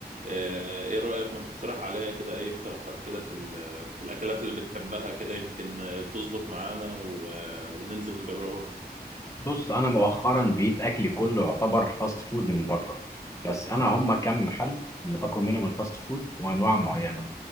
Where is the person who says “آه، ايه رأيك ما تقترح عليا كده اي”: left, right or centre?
Right